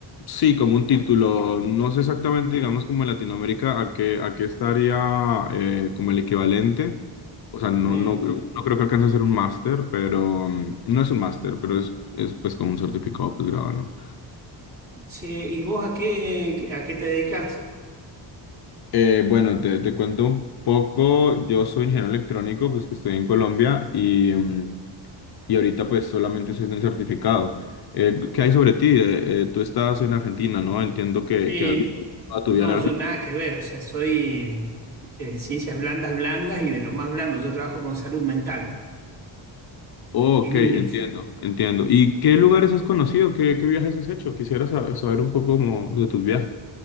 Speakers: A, on the left; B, on the right.
A: sí, como un título. No sé exactamente, digamos, como en Latinoamérica, a qué, a qué estaría eh, como el equivalente. O sea, no,
B: Eh,
A: no, creo, no creo que alcance a ser un máster, pero mm, no es un máster, pero es, es pues como un certificado de posgrado, ¿no?
B: che, ¿y vos a qué, a qué te dedicas?
A: Eh, bueno, te, te cuento un poco. Yo soy ingeniero electrónico, pues que estoy en Colombia y... mm, y ahorita pues solamente es un certificado. Eh, ¿qué hay sobre ti? Eh, eh, tú estás en Argentina, ¿no? Entiendo que,
B: Sí.
A: que has vivido toda tu
B: No,
A: vida en Argentina.
B: yo nada que ver. O sea, soy eh, ciencias blandas, blandas y de lo más blando. Yo trabajo con salud mental
A: Oh, ok,
B: y niños.
A: entiendo, entiendo. ¿Y qué lugares has conocido? ¿Qué, qué viajes has hecho? Quisiera sa- saber un poco como de tus viajes.